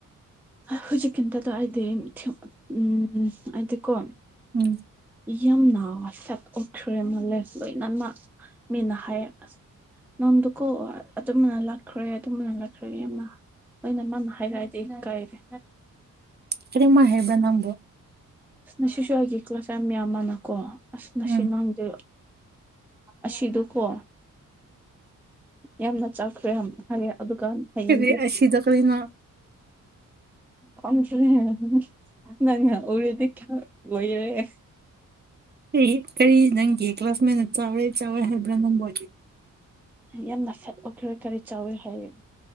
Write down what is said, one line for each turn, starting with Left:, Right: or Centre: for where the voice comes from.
Centre: ꯍꯨꯖꯤꯛꯀꯤꯇꯨꯗꯗ ꯑꯥꯢꯗꯤꯝ ꯊꯦꯡ ꯎꯝ ꯑꯩꯗꯤ ꯀꯣ
Right: ꯎꯝ
Centre: ꯌꯥꯝꯅ ꯐꯦꯠ ꯑꯣꯟꯈ꯭ꯔꯦ ꯃꯥꯜꯂꯦ ꯂꯣꯏꯅꯃꯛ ꯃꯤꯅ ꯍꯥꯏꯌꯦ ꯑꯁ ꯅꯪꯗꯨꯀꯣ ꯑꯗꯨꯝꯅ ꯂꯥꯛꯈ꯭ꯔꯦ ꯑꯗꯨꯝꯕꯅ ꯂꯥꯛꯈ꯭ꯔꯦ ꯌꯥꯝꯅ ꯑꯩꯅ ꯃꯥꯅ ꯍꯥꯏꯔꯑꯗꯤ ꯑꯩ ꯀꯥꯢꯔꯦ
Right: ꯀꯔꯤꯝꯃꯥꯥꯏ ꯍꯥꯏꯕ꯭ꯔꯥ ꯅꯪꯕꯨ
Centre: ꯉꯁꯤꯁꯨ ꯑꯩꯒꯤ ꯀ꯭ꯂꯥꯁ ꯌꯥꯝ ꯌꯥꯝꯃꯅꯀꯣ ꯑꯁ ꯉꯁꯤ
Right: ꯎꯝ
Centre: ꯅꯪꯗꯤ ꯑꯁꯤꯗꯨꯀꯣ ꯌꯥꯝꯅ ꯆꯥꯈ꯭ꯔꯦ ꯍꯝ ꯍꯥꯏꯌꯦ ꯑꯗꯨꯒ ꯍꯌꯦꯡꯗꯤ
Right: ꯀꯔꯤ ꯑꯁꯤꯗ ꯀꯔꯤꯅꯣ
Centre: <unintelligible> ꯅꯪꯅ ꯎꯔꯗꯤ ꯈꯔ ꯑꯣꯢꯔꯦ
Right: ꯀꯔꯤ ꯀꯔꯤ ꯅꯪꯒꯤ ꯀ꯭ꯂꯥꯁ ꯃꯦꯠꯅ ꯆꯥꯎꯔꯦ ꯆꯥꯎꯋꯦ ꯍꯥꯏꯕ꯭ꯔꯥ ꯅꯪꯕꯣ
Centre: ꯑꯩ ꯌꯥꯝꯅ ꯐꯦꯠ ꯑꯣꯢꯈ꯭ꯔꯦ ꯀꯔꯤ ꯆꯥꯎꯋꯦ ꯍꯥꯢꯌꯦ